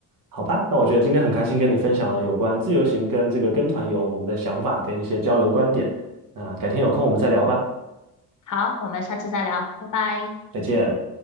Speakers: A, on the right; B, on the left.
A: 好吧，那我觉得今天很开心跟你分享了有关自由行跟这个跟团游我们的想法跟一些交流观点。那改天有空我们再聊吧，
B: 好，我们下次再聊，拜拜。
A: 再见。